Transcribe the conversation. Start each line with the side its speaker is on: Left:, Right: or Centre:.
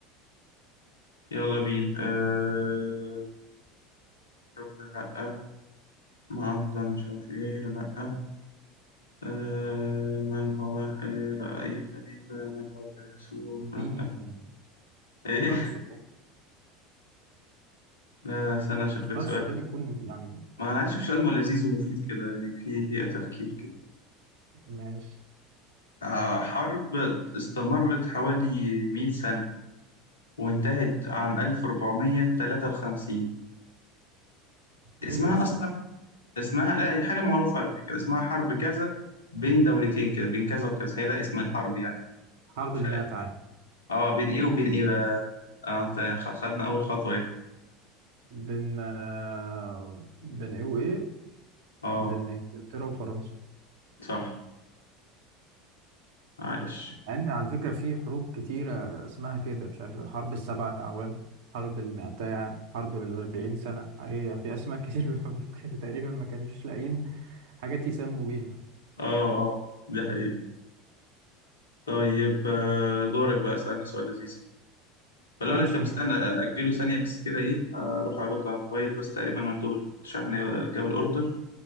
Left: يلا بينا أه... دولة لأ معظم مش عارف إيه لأ أه... آه، من هو أه... أي خليفة من هو فيلسوف
Right: اديني
Left: لأ آه، إيه
Right: اختار سؤال
Left: <laughs> لا لا استنى أشوف
Right: اختار
Left: لك سؤال
Right: سؤال يكون يعني
Left: ما أنا عايز أشوف سؤال لذيذ ومفيد كده يعني في في تفكير كده
Right: ماشي
Left: آه، حرب استمرت حوالي 100 سنة وانتهت عام 1453 اسمها
Right: ايه يا اسطى
Left: أصلا اسمها لا حاجة معروفة على فكرة اسمها حرب كذا بين دولتين كده بين كذا وكذا هي ده اسم الحرب يعني
Right: حرب
Left: ف...
Right: المئة عام
Left: اه بين ايه وبين ايه بقى اه ت- خ- خدنا أول خطوة ايه
Right: بين آه، بين ايه وايه
Left: اه
Right: بين انجلترا وفرنسا
Left: صح عايش
Right: يعني على فكرة في حروب كتيرة اسمها كده مش عارف حرب السبعة أعوام حرب المائتي عام حرب من الأربعين سنة هي في أسماء كتير للحروب <laughs> كده تقريبا ما كانوش لاقيين حاجات يسموا بيها
Left: اه اه دي حقيقة طيب آه، دورك بقى اسألنا سؤال لذيذ ولا
Right: ماشي
Left: أقول لك طب استنى أجله ثانية بس كده إيه آه، أروح أرد على الموبايل بس تقريبا مندوب الشحن جاب الأوردر